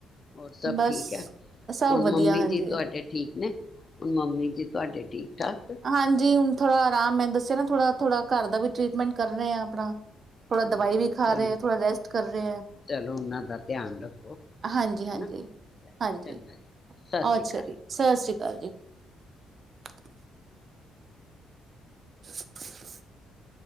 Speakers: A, on the left (about 35°); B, on the right (about 45°).
A: ਹੋਰ ਸਭ
B: ਬਸ
A: ਠੀਕ ਹੈ,
B: ਸਭ
A: ਹੁਣ
B: ਵਧੀਆ
A: ਮੰਮੀ
B: ਹਾਂਜੀ
A: ਜੀ ਤੁਹਾਡੇ ਠੀਕ ਨੇ ਹੁਣ ਮੰਮੀ ਜੀ ਤੁਹਾਡੇ ਠੀਕ ਠਾਕ?
B: ਹਾਂਜੀ ਹੁਣ ਥੋੜਾ ਆਰਾਮ ਮੈਂ ਦੱਸਿਆ ਨਾ ਥੋੜਾ-ਥੋੜਾ ਘਰ ਦਾ ਵੀ ਟ੍ਰਰੀਟਮੈਂਟ ਕਰ ਰਹੇ ਹਾਂ ਆਪਣਾ ਥੋੜਾ
A: ਹਾਂ
B: ਦਵਾਈ ਵੀ ਖਾ
A: ਚਲੋ
B: ਰਹੇ ਆ ਥੋੜਾ ਰੈਸਟ ਕਰ ਰਹੇ
A: ਹਾਂ
B: ਆ,
A: ਚਲੋ ਉਹਨਾਂ ਦਾ ਧਿਆਨ ਰੱਖੋ
B: ਹਾਂਜੀ ਹਾਂਜੀ,
A: ਹਨਾ।
B: ਹਾਂਜੀ,
A: ਚੰਗਾ ਸਤਿ ਸ਼੍ਰੀ
B: ਅਛਾ
A: ਅਕਾਲ।
B: ਜੀ, ਸਤ ਸ੍ਰੀ ਅਕਾਲ ਚ ਜੀ <unintelligible> <inaudible>